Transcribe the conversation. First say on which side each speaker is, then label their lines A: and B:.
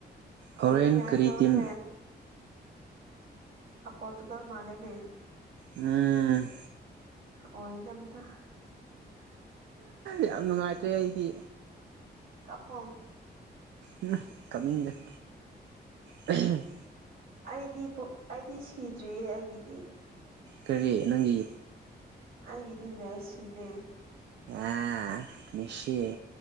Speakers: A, on the right; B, on the right.
A: ꯍꯣꯔꯦꯟ
B: ꯅꯪ ꯍꯥꯏꯗꯣꯁꯦ
A: ꯀꯔꯤ ꯇꯤꯝ
B: ꯑ ꯄꯣꯔꯇꯨꯒꯜ ꯃꯥꯂꯦꯅꯦ
A: ꯎꯝ
B: ꯑꯣꯏ ꯏꯅꯕꯅ
A: ꯌꯥꯝ ꯅꯨꯡꯉꯥꯏꯇ꯭ꯔꯦ ꯑꯩꯗꯤ
B: ꯀꯞꯄꯣ
A: ꯎꯝ ꯀꯃꯤ ꯂꯩ <inaudible> <unintelligible>
B: ꯑꯩꯗꯤ ꯑꯩꯗꯤ ꯁꯤꯗ꯭ꯔꯤꯌꯦ ꯑꯩꯒꯤꯗꯤ
A: ꯀꯔꯤ ꯅꯪꯒꯤ
B: ꯅꯒꯤꯗꯤ ꯃꯦꯁꯤꯅꯦ
A: ꯑꯦ ꯃꯁꯤ